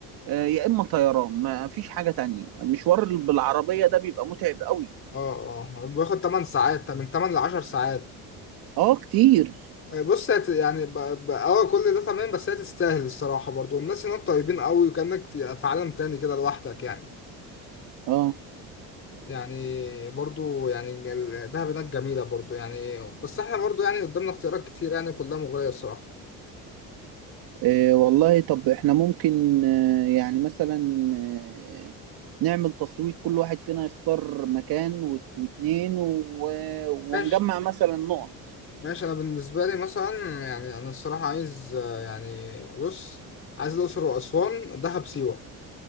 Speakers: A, on the right; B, on the left.
A: آه، يا اما طيران ما فيش حاجه تانية مشوار بالعربيه ده بيبقى متعب قوي
B: اه اه بياخد 8 ساعات من 8 ل 10 ساعات
A: اه كتير
B: آه، بص هت- يعني ب... ب... اه كل ده تمام بس هي تستاهل الصراحة برضو الناس هناك طيبين قوي وكأنك في... في عالم تاني كده لوحدك يعني
A: اه
B: يعني برضو يعني ال- دهب هناك جميلة برضو يعني بس احنا برضو يعني قدامنا اختيارات كتير يعني كلها مغرية الصراحة
A: إيه والله طب احنا ممكن آه، يعني مثلا آه، نعمل تصويت كل واحد فينا يختار مكان وات- واتنين و... ونجمع
B: ماشي
A: مثلا نقط
B: ماشي انا بالنسبة لي مثلا يعني انا الصراحة عايز آه، يعني بص عايز الأقصر وأسوان دهب سيوة